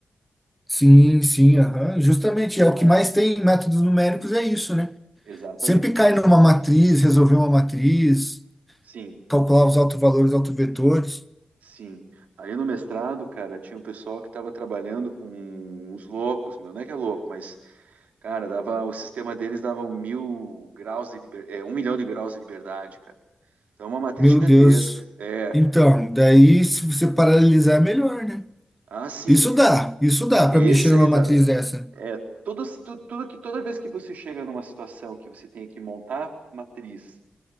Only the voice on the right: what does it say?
Ah,
exatamente.
Sim,
Ge-
Sim. Ali no mestrado, cara, tinha um pessoal que estava trabalhando com uns loucos, meu, não é que é louco, mas, cara, dava, o sistema deles dava um mil graus de liber, é, um milhão de graus de liberdade, cara. Então é uma matriz
gigantesca.
É.
Ah, sim.
E-
Esse
aí dá.
É, tudo, tu- tudo que toda vez que você chega numa situação que você tem que montar matriz